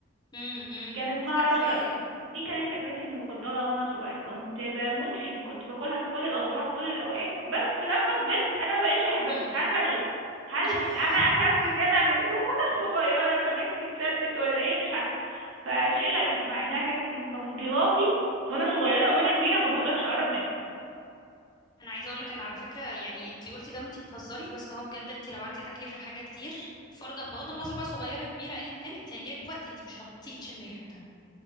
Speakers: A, on the left; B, on the right.
A: امم
B: كان اسمها
A: عارفاها
B: رشطة بقى دي كانت أكلتي المفضلة وأنا صغيرة كنت بموت فيها كنت باكلها في كل الأوضاع كل الأوقات بس لما كبرت أنا ما بقتش أحبها
A: امم
B: مش عارفة ليه هل
A: <laughs>
B: أنا أكلت زيادة عن اللزوم وأنا <laughs> صغيرة فنفسي اتسدت ولا إيه مش عارفة فشيء غريب مع إنها كانت من تفضيلاتي وأنا صغيرة وأنا كبيرة ما بقدرش أقرب منها
A: انا عايزه اقول لك ان على فكره يعني انت قلتي ده وانت بتهزري بس هو بجد انت لو قعدتي تاكلي في الحاجه كتير فرضا بغض النظر بقى صغيره كبيره ايا كان انت هيجيلك وقت انت مش هتطيقي تشمي ريحتها